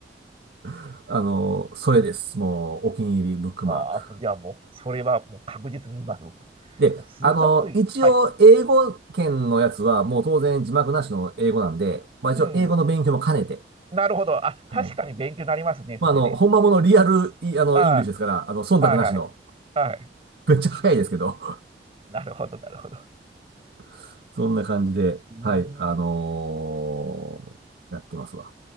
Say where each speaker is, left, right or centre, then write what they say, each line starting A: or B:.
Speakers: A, on the right; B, on the right.
A: <laughs> あの、それです。もう、お気に入りブックマーク。
B: ああ、じゃあもう、それはもう確実に言います、僕。
A: で、
B: スーザンボイル。
A: あの、一応、
B: はい。
A: 英語圏のやつは、もう当然字幕なしの英語なんで、まあ一応、
B: うん。
A: 英語の勉強も兼ねて、
B: なるほど。あ、
A: はい。
B: 確かに勉強になりますね、
A: まああの、
B: それで。
A: 本んまものリアル、いあの、
B: あ
A: イングリッシュですから、あの、忖度なしの、
B: あ、はいはい。はい。
A: めっちゃ早いですけど、
B: なるほど、なるほど。
A: <laughs> そんな感じで、
B: うー
A: はい、あの
B: ん
A: ーやってますわ。